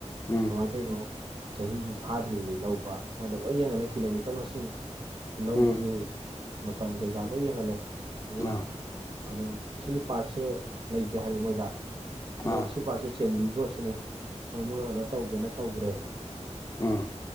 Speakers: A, on the left (about 25°); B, on the right (about 45°).
A: ꯎꯝ
B: ꯀꯃꯥꯏꯅ ꯇꯧꯔꯤꯅꯣ ꯆꯍꯤꯁꯨ ꯐꯥꯗ꯭ꯔꯤꯕꯅꯤ ꯂꯧꯕ ꯃꯣꯏꯗ ꯂꯣꯏ ꯌꯦꯡꯍꯜꯂꯦ ꯀꯤꯂꯣꯃꯤꯇꯔ ꯃꯁꯤꯡ ꯂꯧꯕꯒꯤ
A: ꯎꯝ
B: ꯃꯇꯝ ꯀꯩꯀꯥ ꯂꯣꯏ ꯌꯦꯡꯍꯜꯂꯦ ꯑꯗꯣ
A: ꯑꯥ
B: ꯑ ꯁꯤꯒꯤ ꯄꯥꯔꯠꯁꯦ ꯂꯩꯇꯦ ꯍꯥꯏꯔꯦ ꯃꯣꯏꯗ ꯑꯗꯣ
A: ꯑꯥ
B: ꯁꯤ ꯄꯥꯠꯁꯦ ꯆꯦꯟꯕꯤꯈ꯭ꯔꯣ ꯁꯤꯅꯤ ꯍꯣꯏ ꯃꯣꯏ ꯑꯣꯗꯔ ꯇꯧꯒꯦꯅ ꯇꯧꯈ꯭ꯔꯦ
A: ꯎ